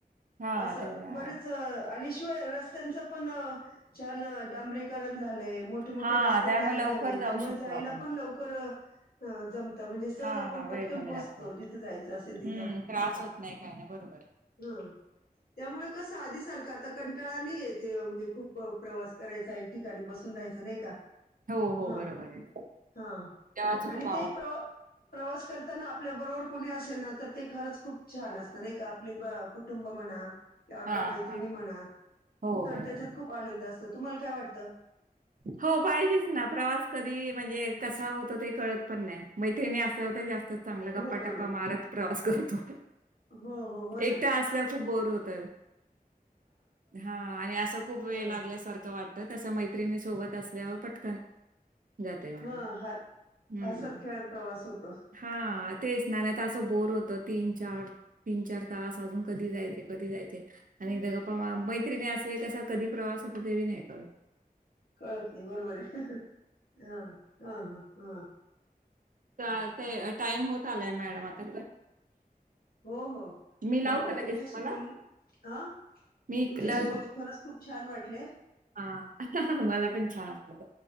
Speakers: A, on the right; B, on the left.
A: हा
B: असं
A: तेवढं
B: बरेच
A: आहे.
B: आणि शिवाय रस्त्यांचं पण छान डांबरीकरण झालंय मोठे मोठे
A: हा
B: रस्ते
A: त्यामुळे
B: तयार
A: लवकर
B: झाले,
A: जाऊ
B: त्यामुळे
A: शकतो
B: जायला
A: आपण
B: पण लवकर जमत म्हणजे सहज
A: हा
B: आपण
A: हा वेळ
B: पटकन
A: कमी
B: पोचतो
A: लागतो.
B: जिथं जायचं असेल तिथं
A: हम्म
B: नाही
A: त्रास
B: का.
A: होत
B: हा.
A: नाही काय नाही बरोबर आहे
B: त्यामुळे कस आधी सारखा आता कंटाळा नाही येत, म्हणजे खूप प्रवास करायचा एक ठिकाणी बसून राहायच नाही का.
A: हो हो
B: ह.
A: बरोबर आहे.
B: हा
A: तेव्हाच
B: आणि
A: खूप अवघड
B: ते प्र प्रवास करताना आपल्या बरोबर कोणी असेल ना तर ते खरंच खूप छान असत नाही का आपली कुटुंब म्हणा किंवा आपल्या
A: हा
B: मैत्रिणी
A: हा
B: म्हणा
A: हो
B: तर
A: बरोबर.
B: त्याच्यात
A: आहे.
B: खूप आनंद असतो तुम्हाला काय वाटतं
A: हो पाहिजेच ना प्रवास कधी म्हणजे कसा होतो ते कळत पण नाही मैत्रिणी असल्या होता जास्त चांगला
B: हो
A: गप्पाटप्पा
B: बरोबर
A: मारत प्रवास करतो
B: हो हो हो
A: एकट
B: ना
A: असल्या खूप बोर होत हा आणि असा खूप वेळ
B: बरोबर
A: लागल्यासारखं वाटत तस मैत्रिणी सोबत असल्यावर पटकन जातय माणूस
B: हा ह
A: हम्म
B: हसत खेळत प्रवास होतो
A: हा तेच ना नाही त असं बोर होतो तीन चार तीन चार तास अजून कधी जायचे कधी जायचे आणि एकदा गपा मैत्रिणी असं कसा कधी प्रवास त ते नाही का
B: कळत नाही बरोबर आहे हा हा हा हा ह
A: ते टाइम होत आलाय मॅडम आता
B: हो हो
A: मी लावू
B: हो
A: का लगेच
B: तुमच्याशी
A: तुम्हाला?
B: बोलून ह
A: मी
B: तुमच्याशी
A: ल-
B: बोलून खरंच खूप छान वाटलंय
A: हा मला पण छान वाटते